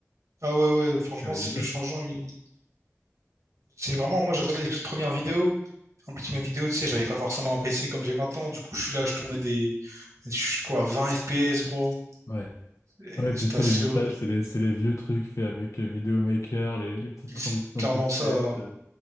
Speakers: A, on the right; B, on the left.
A: Ah ouais, ouais, franchement,
B: Terrible.
A: c'est le changeant. il- C'est vraiment, moi j'ai regardé les toutes premières vidéos. En plus, mes vidéos, tu sais, j'avais pas forcément un PC comme j'ai maintenant. Du coup, je suis là, je tournais des. Je suis quoi, 20 FPS, gros.
B: Ouais.
A: Et
B: Ouais, puis
A: C'était
B: tu sais,
A: assez
B: les montages,
A: horrible.
B: c'est les, c'est les vieux trucs faits avec euh, Videomaker, les, les petites
A: Mais
B: transitions
A: C'est clairement
B: toutes
A: ça.
B: faites, euh,